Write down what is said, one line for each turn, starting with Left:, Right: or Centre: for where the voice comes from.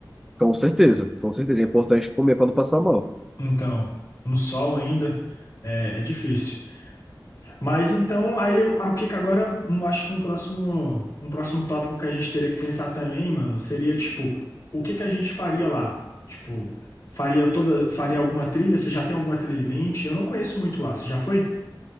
Centre: com certeza, com certeza. É importante comer para não passar mal.
Left: Então, no sol ainda é, é difícil. Mas então, aí eu, ah, o que que agora, um, acho que um próximo, um próximo tópico que a gente teria que pensar também, mano, seria tipo, o que que a gente faria lá? Tipo, faria toda, faria alguma trilha? Você já tem alguma trilha em mente? Eu não conheço muito lá. Você já foi?